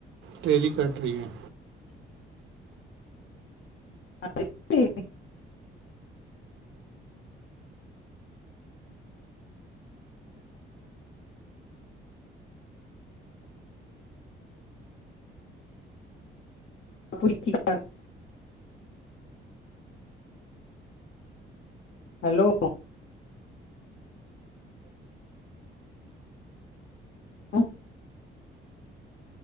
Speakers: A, on the right; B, on the left.
A: ਤੇਰੀ ਕਟ ਰਹੀ ਹੈ।
B: ??????? ਹੈਲੋ ਹੂ